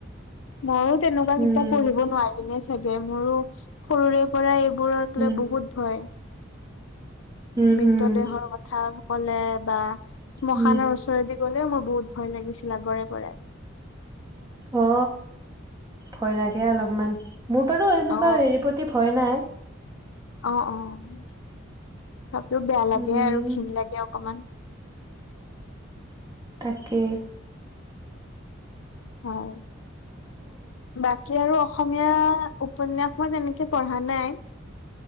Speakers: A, on the left; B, on the right.
A: ময়ো তেনেকুৱা
B: উম
A: কিতাপ পঢ়িব নোৱাৰিম। জানাই চাগে মোৰো সৰুৰে পৰা এইবোৰক
B: উম
A: লৈ বহুত ভয়।
B: উম,
A: মৃতদেহৰ
B: উম,
A: কথা ক'লে বা শ্মশানৰ
B: উম,
A: ওচৰেদি ওচৰেদি গ'লেও মোৰ বহুত ভয় লাগিছিল আগৰে পৰাই।
B: অ ভয় লাগে অলপমান মোৰ বাৰু এনেকুৱা
A: অ
B: হেৰি প্ৰ প্ৰতি ভয় নাই।
A: অ অ তথাপিও বেয়া লাগে
B: উম,
A: আৰু ঘিণ লাগে অকণমান।
B: তাকে
A: হয় বাকী আৰু অসমীয়া উপন্যাস মই তেনেকে পঢ়া নাই।